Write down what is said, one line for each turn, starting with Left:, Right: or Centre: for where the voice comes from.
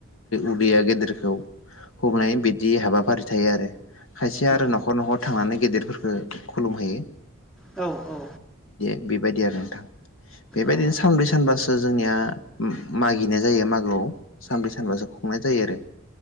Left: उदैया गेदेरखौ हमनाय बिदि हाबाफारि थायो आरो खायसे
Centre: औ
Left: आरो न'खर न'खर थांनानै गेदेरफोरखौ खुलुमहोयो
Centre: औ औ
Left: बेबायदि आरो नोंथां बेबायदिनो
Centre: औ
Left: सानब्रै सानबासो जोंनिया उ मागिनाय जायो मागोआव सानब्रै सानबासो खुंनाय जायो आरो